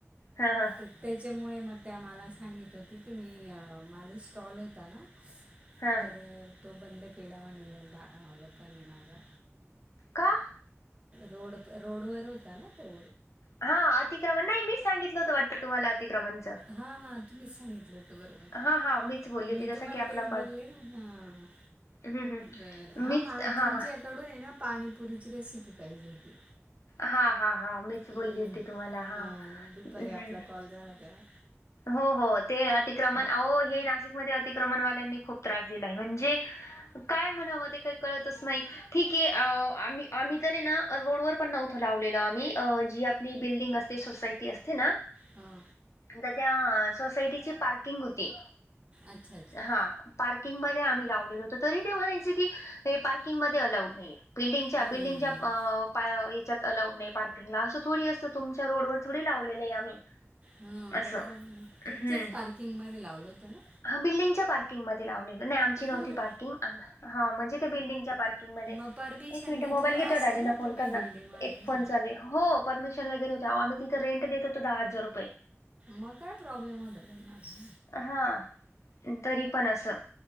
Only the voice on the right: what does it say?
ते त्याच्यामुळे मग त्या मला सांगित होती की मी माझा स्टॉल होता ना.
तर तो बंद केला म्हण लोकांनी माझा.
रोड रोड वर होता ना तो.
हा हा तुम्हीच सांगितलं होत बरोबर
मी
तुम्हाला
तेच
बोलली ह.
बर हा
मला
तुमच्या
याकडून आहे ना, पाणीपुरीची रेसिपी पाहिजे होती.
हम्म
हा दुपारी
आपला कॉल झाला तेव्हा.
हा.
अच्छा अच्छा
हम्म
हा
बर झाल न तुमच्याच
पार्किंग म लावलं होतं ना?
हो.
मग परमिशन घेतलेली
असेल
तुम्ही
बिल्डिंगवाल्यांची?
मग काय प्रॉब्लेम होता त्यांना, असा.